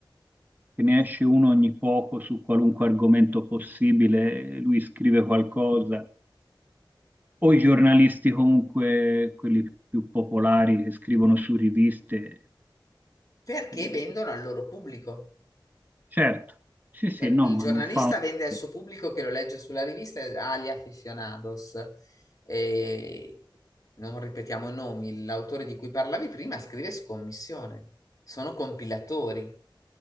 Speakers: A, on the right; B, on the left.
A: che ne esce uno ogni poco su qualunque argomento possibile, lui scrive qualcosa, o i giornalisti comunque, quelli più popolari che scrivono su riviste.
B: Perché
A: eh,
B: vendono al loro pubblico.
A: certo, sì, sì,
B: Cioè,
A: no,
B: il
A: ma
B: giornalista
A: non fa un...
B: vende al suo pubblico che lo legge sulla rivista agli aficionados. E non ripetiamo i nomi, l'autore di cui parlavi prima scrive scommissione. Sono compilatori.